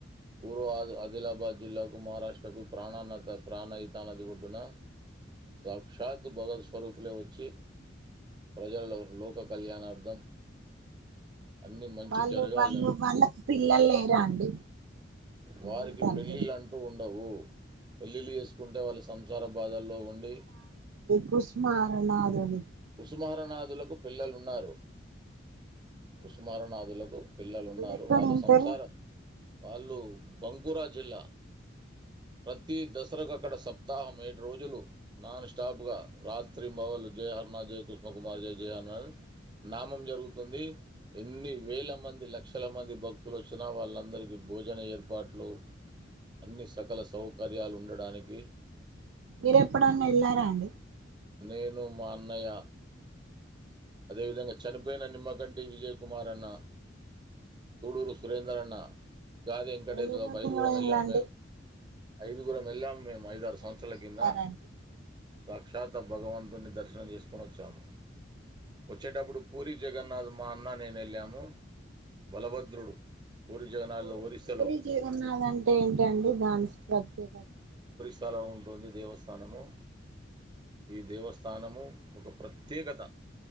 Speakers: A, on the right; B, on the right.
A: పూర్వ ఆదిలాబాద్, జిల్లాకు మహారాష్ట్రకు ప్రాణాన ప్రాణహితా నది ఒడ్డున సాక్షాత్ భగవత్ స్వరూపులే వచ్చి ప్రజల లోక కళ్యాణార్దం అన్ని మంచి
B: వాళ్ళు
A: జరగాలని
B: వాళ్ళు వాళ్ళకు పిల్లలు లేరా అండి
A: వారికి
B: మమ్మీ తండ్రి
A: పెళ్ళిళ్ళు అంటూ ఉండవు పెళ్ళిళ్ళు చేసుకుంటే వాళ్ళు సం సంసార బాదల్లో ఉండి
B: కుస్మరణాధుని
A: కుసుమహరనాథులకు పిల్లలు ఉన్నారు కుసుమరనాథులకు పిల్లలున్నారు
B: ఎక్కడ
A: వాళ్ళు
B: ఉంటారు
A: సంసార వాళ్ళు బంకురా జిల్లా ప్రతి ప్రతి దసరాకు అక్కడ సప్తాహం ఏ రోజులు నాన్ స్టాప్ గా రాత్రి బవలు జయహర్ మజైక్ కృష్ణ కుమారి జయ జయానంద్ నామం జరుగుతుంది ఎన్ని వేల మంది లక్షల మంది భక్తులు వచ్చినా వాళ్ళందరికీ భోజన ఏర్పాట్లు అన్ని సకల సౌకర్యాలు ఉండడానికి
B: మీరు ఎప్పుడన్న ఎళ్లారా అండి
A: నేను మా అన్నయ్య అదేవిధంగా చనిపోయిన నిమ్మకంటి విజయ్ కుమార్ అన్న తూడూరు సురేంద్రన్న గాదే వెంకడేపు
B: ఎన్ని రోజులు
A: ఐదుగురం
B: అయిందండి
A: వెళ్ళాం మేము ఐదుగురం వేళ్ళాం మేము
B: ఎన్ని
A: ఐదారు
B: రోజులు
A: సంవత్సరల
B: వెళ్ళారండి
A: కింద. సాక్షాత్ అ భగవంతున్ని దర్శనం జేస్కొనొచ్చాము. వచ్చేటప్పుడు పూరి జగన్నాథ్ మా అన్న నేనెళ్ళాము బలభద్రుడు. పూరి జగన్నాథ్
B: ఓ
A: ఒరిస్సాలో
B: పూరి జిగన్నాదంటే ఏంటండి దాని ప్రత్యేకత.
A: చాలా ఉంటుంది దేవస్థానము ఈ దేవస్థానము ఒక ప్రత్యేకత.